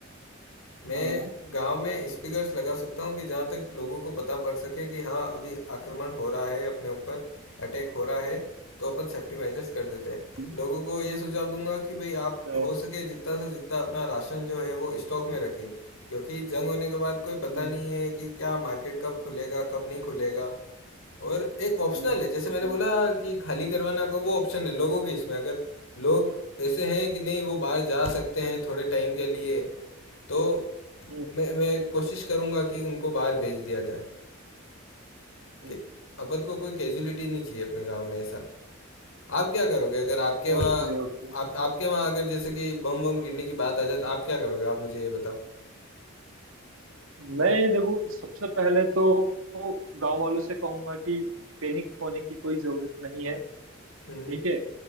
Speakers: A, on the left; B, on the right.
A: मैं
B: हाँ
A: गांव में स्पीकर्स लगा सकता हूँ कि जहाँ तक लोगों को पता पड़ सके कि हाँ अभी आक्रमण हो रहा है अपने ऊपर अटैक हो रहा है तो अपन सेफ्टी मेजर्स कर देते हैं
B: हम्म,
A: लोगों को ये सुझाव दूंगा कि भाई आप
B: तो-
A: हो सके जितना से जितना अपना राशन जो है वो स्टॉक में रखिए क्योंकि जंग होने के बाद कोई
B: हम्म,
A: पता नहीं है कि क्या मार्केट कब खुलेगा कब नहीं खुलेगा और एक ऑप्शनल
B: हम्म,
A: है जैसे
B: हम्म,
A: मैंने बोला कि खाली करवाना का वो ऑप्शन है लोगों के इसमें अगर लोग ऐसे हैं कि नहीं वो बाहर जा सकते हैं थोड़े टाइम के लिए तो
B: हम्म,
A: मैं मैं कोशिश करूँगा कि उनको बाहर भेज दिया जाए
B: हम्म,
A: कि अपन को कोई कैजुअलिटी नहीं चाहिए अपने गांव में ऐसा आप क्या करोगे अगर आपके वहाँ
B: Okay okay
A: आप आपके वहाँ अगर जैसे कि बम बम गिरने की बात आ जाए तो आप क्या करोगे आप मुझे ये बताओ
B: मैं देखो सबसे पहले तो गांव वालों से कहूंगा कि पैनिक होने की कोई जरूरत नहीं है ठीक
A: हम्म
B: है